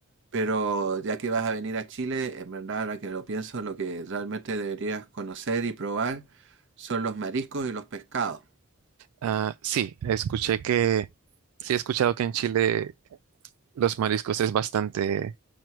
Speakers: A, on the right; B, on the right.
A: pero ya que vas a venir a Chile, en verdad, ahora que lo pienso, lo que realmente deberías conocer y probar son los mariscos y los pescados.
B: Ah, sí, escuché que, sí he escuchado que en Chile los mariscos es bastante,